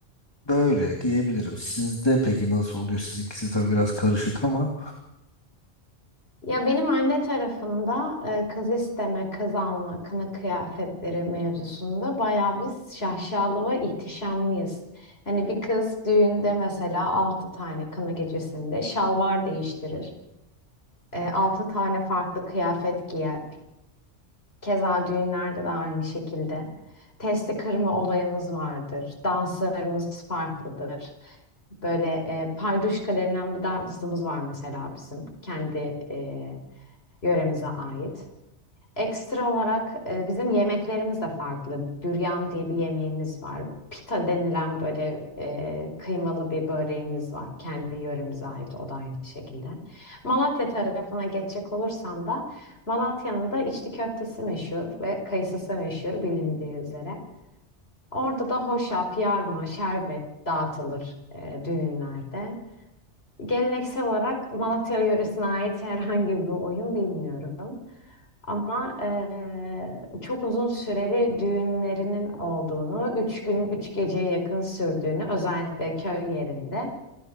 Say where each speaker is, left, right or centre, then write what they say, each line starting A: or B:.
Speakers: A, on the left; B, on the left.
A: böyle diyebilirim. Sizde peki nasıl oluyor? Sizinkisi tabii biraz karışık ama
B: Ya benim anne tarafında e, kız isteme, kız alma, kına kıyafetleri mevzusunda bayağı biz şaşalı ve ihtişamlıyız. Hani bir kız düğünde mesela altı tane kına gecesinde şalvar değiştirir. E, altı tane farklı kıyafet giyer. Keza düğünlerde de aynı şekilde. Testi kırma olayımız vardır. Danslarımız farklıdır. Böyle e, payduşka denilen bir dansımız var mesela bizim. Kendi e, yöremize ait. Ekstra olarak e, bizim yemeklerimiz de farklı. Büryan diye bir yemeğimiz var. Pita denilen böyle e, kıymalı bir böreğimiz var. Kendi yöremize ait o da aynı şekilde. Malatya tarafına geçecek olursam da Malatya'nın da içli köftesi meşhur ve kayısısı meşhur bilindiği üzere. Orada da hoşaf, yarma, şerbet dağıtılır e, düğünlerde. Geleneksel olarak Malatya yöresine ait herhangi bir oyun bilmiyorum. Ama eee, çok uzun süreli düğünlerinin olduğunu, üç gün üç geceye yakın sürdüğünü, özellikle köy yerinde